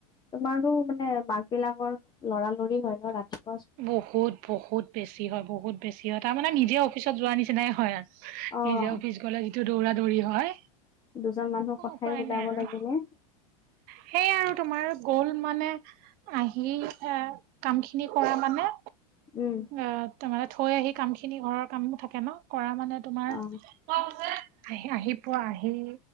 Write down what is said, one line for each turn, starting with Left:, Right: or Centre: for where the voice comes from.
Left: আমাৰো মানে মাক বিলাকৰ লৰালৰি হয় ন ৰাতি
Right: বহুত-বহুত বেছি হয় বহুত বেছি হয়। তাৰ মানে নিজে অফিচত যোৱাৰ নিচিনাই হয়।
Left: অ',
Right: নিজে অফিচ গলে যিটো দৌৰা-দৌৰি হয়।
Left: দুজন মানুহৰ কথাই
Right: উপায়
Left: ওলাব
Right: নাই আৰু
Left: লাগিলে
Right: সেই আৰু তোমাৰ গ'ল মানে আহি এ কামখিনি কৰা মানে
Left: উম।
Right: অ! তাৰ মানে থৈ আহি কামখিনি ঘৰৰ কাম থাকে ন কৰা মানে তোমাৰ
Left: অ',
Right: আহি-আহি পোৱা আহি